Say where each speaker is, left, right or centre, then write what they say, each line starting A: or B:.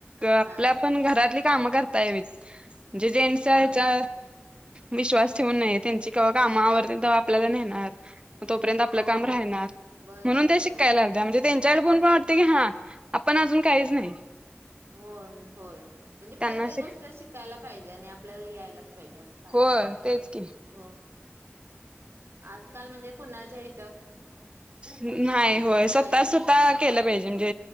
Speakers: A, on the right; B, on the right.
A: आपल्या
B: हा हा
A: पण घरातली काम करता यावीत म्हणजे जेंट्स च्या हेच्या
B: हा
A: विश्वास ठेवू नये त्यांची कवा काम आवरतील तवा आपल्याला नेणार तोपर्यंत आपलं
B: होय
A: काम राहणार
B: बरोबर
A: म्हणून ते
B: आहे
A: शिकायला
B: होय
A: जा म्हणजे त्यांच्याकडे पण पा वाटतंय की हां आपण अजून काहीच नाही
B: होय होय म्हणजे
A: त्यांना
B: प्रत्येक
A: शिक
B: गोष्ट शिकायला पाहिजे आणि आप पल्याला यायलाच <unintelligible> पाहिजे
A: होय तेच की
B: होय आजकाल म्हणजे कुणाच्या हे
A: नाही होय
B: नाहीच
A: स्वतः
B: येतात
A: स्वतः केलं पाहिजे म्हणजे